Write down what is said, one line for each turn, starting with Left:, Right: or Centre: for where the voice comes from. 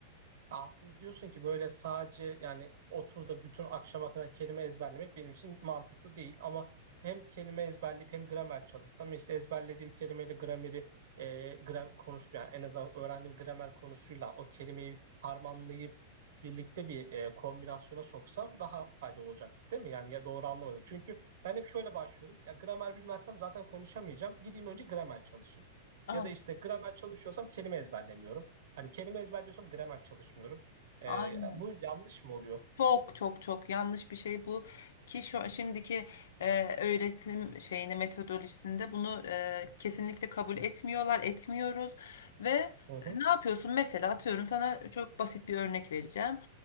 Right: Aslında diyorsun ki böyle sadece yani otur da bütün akşama kadar kelime ezberlemek benim için mantıklı değil ama hem kelime ezberleyip hem gramer çalışsam işte ezberlediğim kelimeyle grameri e, gram konuştum yani en azından öğrendiğim gramer konusuyla o kelimeyi harmanlayıp birlikte bir e, kombinasyona soksam daha faydalı olacak değil mi? Yani ya doğru anlamadım. Çünkü ben hep şöyle başlıyordum. Ya gramer bilmezsem zaten konuşamayacağım. Gideyim önce gramer çalışayım.
Left: Ah,
Right: Ya da işte gramer çalışıyorsam kelime ezberlemiyorum. Hani kelime ezberliyorsam gramer çalışmıyorum. Ee,
Left: aynen.
Right: bu yanlış mı oluyor?
Left: Çok çok çok yanlış bir şey bu ki şu şimdiki e, öğretim şeyini metodolojisinde bunu e, kesinlikle kabul etmiyorlar, etmiyoruz ve e,
Right: Hı hı.
Left: ne yapıyorsun? Mesela atıyorum sana çok basit bir örnek vereceğim.